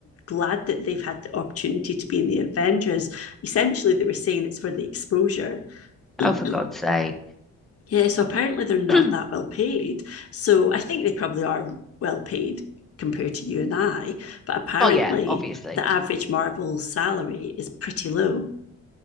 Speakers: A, on the left; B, in the centre.
A: glad that they've had the opportunity to be in the Avengers. Essentially, they were saying it's for the exposure. <clears throat>
B: Oh, for God's sake.
A: yeah, so apparently they're not
B: <clears throat>
A: that well paid. So I think they probably are well paid compared to you and I, but apparently
B: Oh yeah, obviously.
A: the average Marvel salary is pretty low.